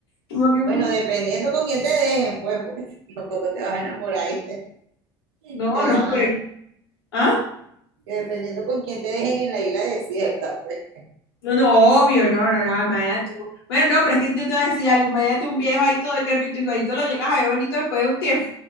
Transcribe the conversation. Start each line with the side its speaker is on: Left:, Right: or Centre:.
Left: Como que,
Right: Bueno,
Left: mm,
Right: dependiendo con quién te dejen, pues, porque <laughs> tampoco te vas a enamorar y te,
Left: no,
Right: te dejan-
Left: no, pero... ¿Ah?
Right: dependiendo con quién te dejen en la isla desierta, pues.
Left: No, no, obvio, no, no, no, imagínate tú. Bueno, no, pero es que yo te voy a decir algo, imagínate un viejo ahí todo decrépito, igualito lo llegas a ver bonito después de un tiempo.